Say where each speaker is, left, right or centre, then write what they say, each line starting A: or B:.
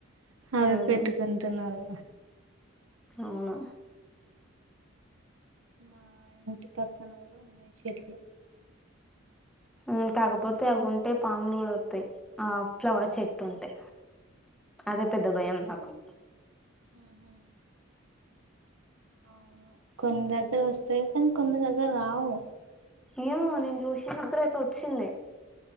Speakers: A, on the right; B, in the centre.
A: అవి
B: ఉమ్,
A: పెట్టుకుంటున్నారు
B: అవును
A: మా ఇంటి పక్కన కూడా ఉన్నాయి చెట్లు
B: ఉమ్మ్ కాకపోతే అవి ఉంటే పాములు కూడా వత్తాయి ఆ ఫ్లవర్ చెట్టుంటే అదే పెద్ద భయం నాకు
A: ఆహా అవును కొన్ని దగ్గర వస్తాయి కానీ కొన్ని దగ్గర రావు
B: ఏమో నేను చూసిన దగ్గరైతే వచ్చింది